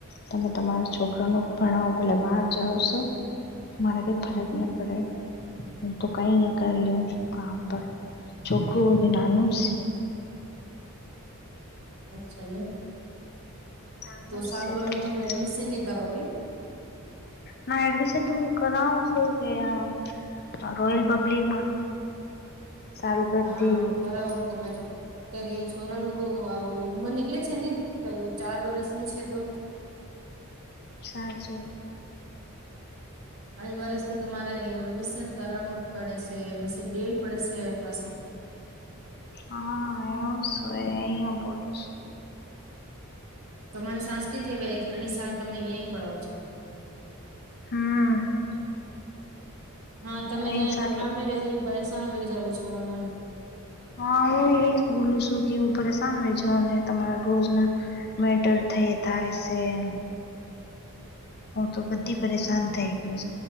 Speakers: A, on the left; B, on the right.
A: તમે તમારા છોકરનૂ ભણાવો ભલે બહાર જા છો મારા કઈ
B: હમ
A: ફરક ન પડે હ તો કઈ નહી કર લ શું કામ પર ચોખ્ખું અભ નાનુ જ છે.
B: અચ્છા એ
A: નાનું
B: તો સાર
A: જ છે
B: બોલલો
A: તો
B: તુમે
A: કે
B: એડમિશન ન કરાવ એ
A: ના એડમિશન તો હું કરાવું છું કે આ રોયલ પબ્લિકમાં સાલભતી
B: હા કરાવો તમે તો પેલી છોરાનું જો આવું ઉંમર નીકળે છે ને તો ચાર વરસનું છે તો
A: સાચું.
B: આઈ વર્ષ તો તમારે એડમિશન કરવાનું જ પડે છે પછી લીડ પડે છે પાછું. <inaudible>
A: હા <unintelligible> બોલો છું.
B: તમારે સાંસ્કૃિક એક અણી સાર તમે અહીં પડાવો છો.
A: હમ.
B: હા તમે
A: અહી
B: જ
A: ચાલે
B: કમરામાં રહી રહીને પરેશાન રહી જાવ છો અને
A: હા હું એજ બોલું છું કે હું પરેશાન હોય છ અને તમારા રોજ ના મેટર થઈ થાય છે એમ હું તો બધી પરેશાન થઈ.